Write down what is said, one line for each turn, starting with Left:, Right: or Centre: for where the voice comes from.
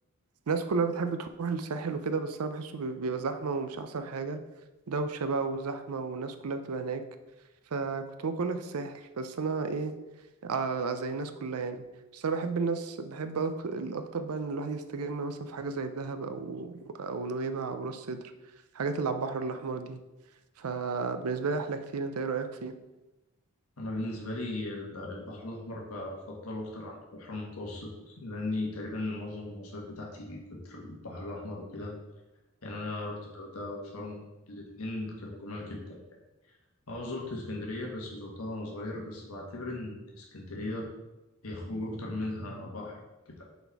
Right: الناس كلها بتحب تروح الساحل وكده بس أنا بحسه بي- بيبقى زحمة ومش أحسن حاجة دوشة بقى وزحمة والناس كلها بتبقى هناك فكنت ممكن أقولك الساحل بس أنا إيه ع- زي الناس كلها يعني بس أنا بحب الناس بحب أك- الأكتر بقى إن الواحد يستجم مثلا في حاجة زي دهب أو أو نويبع أو راس سدر الحاجات اللي على البحر الأحمر دي فبالنسبة لي أحلى كتير أنت إيه رأيك فيه؟
Left: انا بالنسبه لي ال- البحر الاحمر بفضله اكتر عن البحر المتوسط لاني تقريبا معظم المصايف بتاعتي كنت في البحر الاحمر وكده يعني انا رحت الغردقه وشرم الاتنين كانوا جمال جدا يعني اه زرت اسكندرية بس زرتها وأنا صغير بس بعتبر إن اسكندرية هي خروج أكتر منها بحر كده